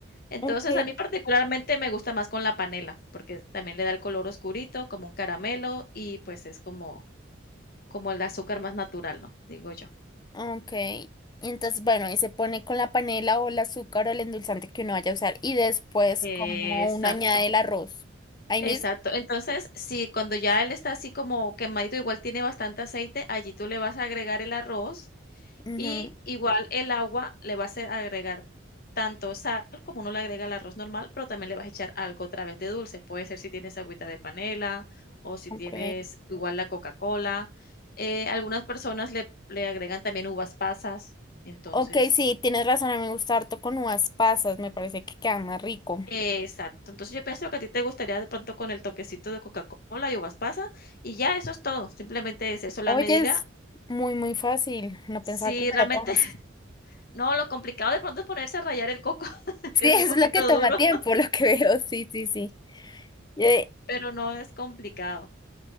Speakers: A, on the left; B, on the left.
A: Entonces,
B: Ok.
A: a mí particularmente me gusta más con la panela, porque también le da el color oscurito, como un caramelo, y pues es como como el azúcar más natural, ¿no? Digo yo.
B: Ok. Entonces, bueno, y se pone con la panela o el azúcar o el endulzante que uno vaya a usar. Y después,
A: Exacto,
B: como uno añade el arroz. Ahí
A: exacto.
B: mismo.
A: Entonces, sí, cuando ya él está así como quemadito, igual tiene bastante aceite, allí tú le vas a agregar el arroz
B: Ujú,
A: Y igual el agua le vas a agregar tanto sal como uno le agrega al arroz normal, pero también le vas a echar algo otra vez de dulce. Puede ser si tienes agüita de panela o si
B: Ok.
A: tienes igual la Coca-Cola. Eh, algunas personas le, le agregan también uvas pasas. Entonces,
B: Ok, sí, tienes razón. A mí me gusta harto con uvas pasas. Me parece que queda más rico.
A: exacto. Entonces yo pienso que a ti te gustaría de pronto con el toquecito de Coca-Cola y uvas pasas y ya eso es todo. Simplemente es eso. La
B: Oye,
A: medida,
B: es muy, muy fácil. No
A: si
B: pensaba que fuera
A: realmente,
B: tan fácil.
A: <laughs>
B: <laughs>
A: no, lo complicado de pronto es ponerse a rallar el coco, <laughs>
B: Sí,
A: que es
B: es
A: un poquito
B: lo que toma
A: duro.
B: tiempo, lo que veo. Sí, sí, sí. Eh,
A: Pero no es complicado.